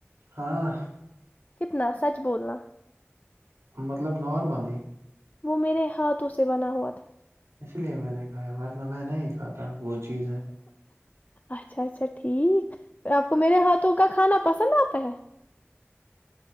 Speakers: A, on the right (about 85°); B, on the left (about 35°).
A: ہاں
B: کتنا سچ بولنا
A: مطلب نارملی
B: وہ میرے ہاتھوں سے بنا ہوا تھا
A: اس لیے میں نے کہا ہے ورنہ میں نہیں کھتا وہ چیز
B: اچھا اچھا ٹھیک پ اپ کو میرے ہاتھوں کا کھانا پسند اتا ہے